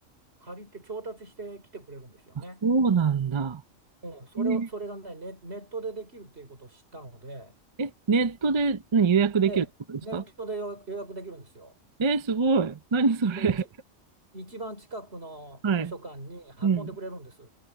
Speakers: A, on the right (about 50°); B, on the right (about 35°).
A: 借りて調達してきてくれるんですよね。
B: あ、そうなんだ。
A: うん、それを、
B: えー
A: それがね、ネ、ネットでできるっていうことを知ったので、
B: え、ネットで何予約できるってことですか
A: で、ネットで予約予約できるんですよ。
B: えすごい。何それ。
A: で、一、一番近くの図書館に運んでくれるんです。
B: <laughs> はい。うん。